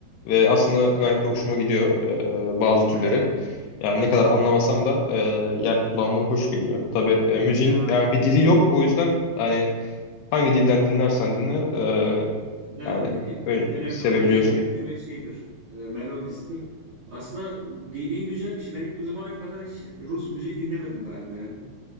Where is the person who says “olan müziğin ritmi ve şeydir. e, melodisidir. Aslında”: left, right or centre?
Right